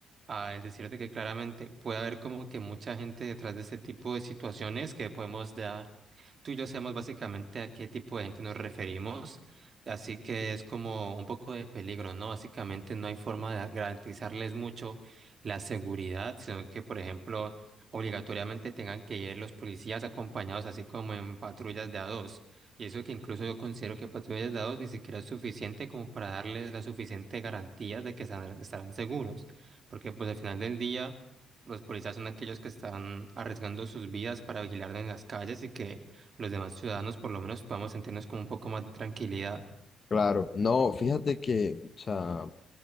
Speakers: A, on the right; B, on the left.
A: al decirte que claramente puede haber como que mucha gente detrás de este tipo de situaciones que podemos ya tú y yo sabemos básicamente a qué tipo de gente nos referimos, así que es como un poco de peligro, ¿no? Básicamente no hay forma de garantizarles mucho la seguridad, sino que, por ejemplo, obligatoriamente tengan que ir los policías acompañados, así como en patrullas de a dos. Y eso que incluso yo considero que patrullas de a dos ni siquiera es suficiente como para darles la suficiente garantía de que estarán estarán seguros, porque pues al final del día... Los policías son aquellos que están arriesgando sus vidas para vigilar en las calles y que los demás ciudadanos por lo menos podamos sentirnos como un poco más de tranquilidad.
B: Claro, no, fíjate que, o sea,